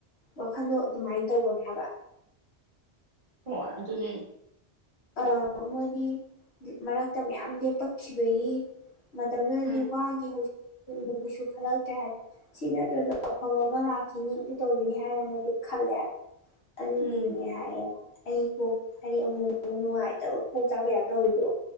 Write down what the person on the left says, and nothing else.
ꯋꯥꯈꯟꯗꯣ ꯑꯗꯨꯃꯥꯏꯅ ꯇꯧꯒꯅꯤ ꯍꯥꯏꯕ
ꯑ ꯃꯣꯏꯒꯤ ꯃꯔꯛꯇ ꯃꯌꯥꯝ ꯂꯦꯞꯄꯛꯈꯤꯕꯒꯤ ꯃꯇꯝꯗꯨꯗꯗꯤ
ꯋꯥꯒꯤ ꯍꯧꯖꯤꯛ ꯀꯩꯁꯨ ꯈꯜꯂꯛꯇ꯭ꯔꯦ ꯍꯥꯏꯕ ꯁꯤ ꯅꯠꯇ꯭ꯔꯁꯨ ꯑꯐꯕ ꯑꯃ ꯂꯥꯛꯈꯤꯅꯤ ꯑꯗꯨ ꯇꯧꯈꯤꯅꯤ ꯍꯥꯏꯅ ꯃꯣꯏꯗꯤ ꯈꯜꯂꯦꯕ ꯑꯗꯨ
ꯌꯦꯡꯉꯦ ꯍꯥꯏꯌꯦ ꯑꯩ ꯀꯣꯛ ꯍꯥꯏꯗꯤ ꯑꯃꯨꯛ ꯑꯃꯨꯛ ꯅꯨꯡꯉꯥꯏꯇꯕ ꯀꯣꯛ ꯆꯥꯛꯄꯩ ꯇꯥꯏꯄ ꯇꯧꯔꯤꯗꯣ